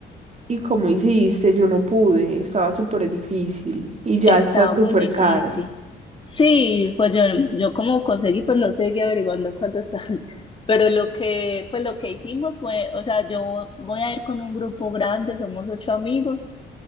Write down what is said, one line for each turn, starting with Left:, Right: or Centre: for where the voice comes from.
Right: ¿Y cómo hiciste? Yo no pude. Estaba súper difícil. Y ya
Left: Estaba
Right: están súper
Left: muy difícil.
Right: caras.
Left: Sí, pues yo, yo como conseguí, pues no seguí averiguando cuánto están. <laughs> Pero lo que, pues lo que hicimos fue, o sea, yo voy a ir con un grupo grande, somos ocho amigos